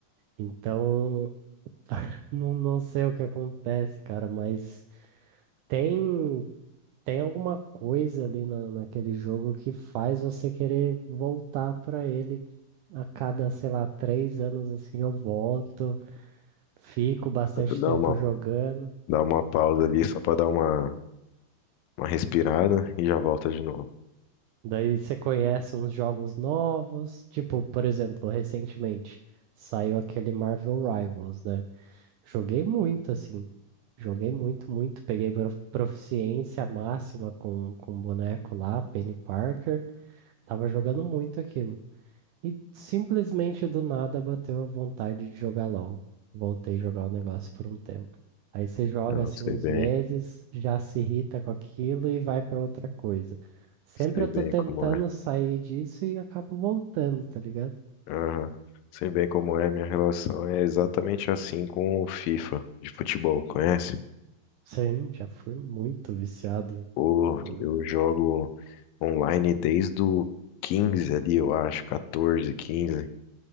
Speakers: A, on the right; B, on the left.
A: Então, não, não sei o que acontece, cara, mas tem, tem alguma coisa ali na, naquele jogo que faz você querer voltar pra ele. A cada, sei lá, três anos assim eu volto, fico bastante
B: Dá
A: tempo
B: uma
A: jogando.
B: Dá uma pausa ali só pra dar uma, uma respirada e já volta de novo.
A: Daí você conhece uns jogos novos, tipo, por exemplo, recentemente saiu aquele Marvel Rivals, né? Joguei muito, assim, joguei muito, muito. Peguei pro- proficiência máxima com, com o boneco lá, Penny Parker. Tava jogando muito aquilo. E simplesmente do nada bateu a vontade de jogar LOL. Voltei a jogar o negócio por um tempo. Aí você joga
B: Eu
A: assim
B: sei
A: uns
B: bem,
A: meses, já se irrita com aquilo e vai pra outra coisa. Sempre
B: sei
A: eu
B: bem
A: tô tentando
B: como é.
A: sair disso e acabo voltando, tá ligado?
B: Aham. Sei bem como é, minha relação é exatamente assim com o FIFA de futebol, conhece?
A: Sim, já fui muito viciado em.
B: Pô,
A: em-
B: eu jogo online desde o 15 ali, eu acho, 14, quinze